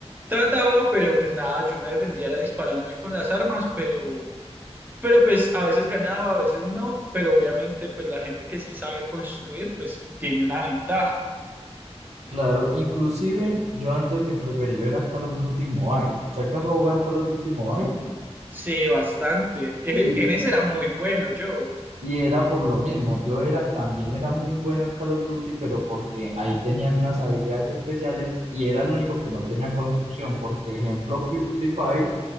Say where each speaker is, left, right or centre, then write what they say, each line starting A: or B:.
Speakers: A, on the right; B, on the right.
A: trataba, pero pues nada, yo me defendía era disparando y con las armas, pero, pero pues a veces ganaba, a veces no, pero obviamente pues la gente que sí sabe construir, pues tiene una ventaja.
B: Claro, inclusive yo antes mi preferido era Call of Duty Mobile. Se alcanzó a jugar Call of Duty Mobile
A: Sí, bastante. Eh,
B: y,
A: En ese era muy bueno yo.
B: y era por lo mismo. Yo era también era muy bueno en Call of Duty, pero porque ahí tenían unas habilidades especiales y era el único que no tenía construcción. Porque, ejemplo, Free Free Fire